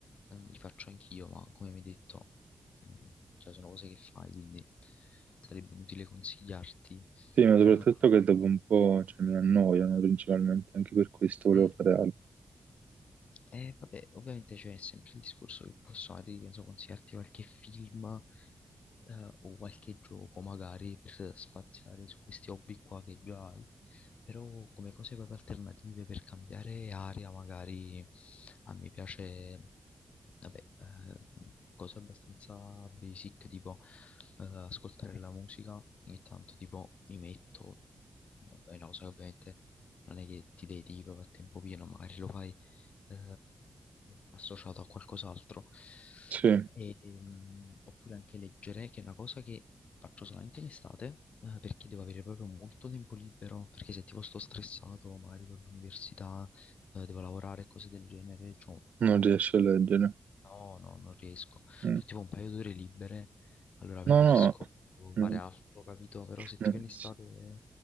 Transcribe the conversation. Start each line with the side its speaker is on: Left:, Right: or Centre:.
Left: ehm, li faccio anch'io, ma come mi hai detto, cioè, sono cose che fai, quindi sarebbe inutile consigliarti.
Right: Sì, ma
Left: Eh,
Right: soprattutto che dopo un po', cioè, mi annoiano principalmente, anche per questo volevo
Left: mm,
Right: fare altro.
Left: eh, vabbè, ovviamente c'è sempre il discorso che posso magari, che ne so, consigliarti qualche film eh, o qualche gioco magari per spaziare su questi hobby qua che già hai, però come cose proprio alternative per cambiare area magari a me piace, vabbè, eh, cose abbastanza basic tipo eh, ascoltare la musica, ogni tanto tipo mi metto, è una cosa che ovviamente non è che ti dedichi proprio a tempo pieno, magari lo fai eh, associato a qualcos'altro.
Right: Sì,
Left: E, mm, oppure anche leggere, che è una cosa che faccio solamente in estate, eh, perché devo avere proprio molto tempo libero, perché se tipo sto stressato, magari con l'università, eh, devo lavorare e cose del genere, cioè,
Right: non riesce a leggere.
Left: no, no, non riesco.
Right: Mm.
Left: Cioè, tipo un paio d'ore libere, allora preferisco
Right: No, no, no,
Left: fare altro, capito? Però se
Right: no,
Left: tipo
Right: no,
Left: in estate
Right: sì,